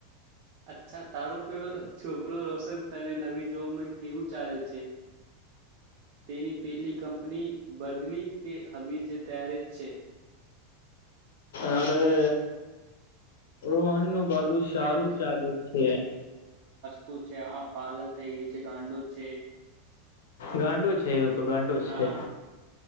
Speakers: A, on the right (about 60°); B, on the left (about 80°).
A: અચ્છા તારું પેડુ છોકરું રોશન તને નવી જોબમાં કેવું ચાલે છે? તેની પેલી કંપ બદલી કે હવે જે ત્યારે જ છે?
B: અરે ઓહનનું બધું
A: અહિયાં
B: સારું ચાલે છે.
A: તું છે. આ પાગલ થઈ ગઈ છે ગાંડો છે.
B: ગાંડો છે એ તો ગાંડો છે
A: હા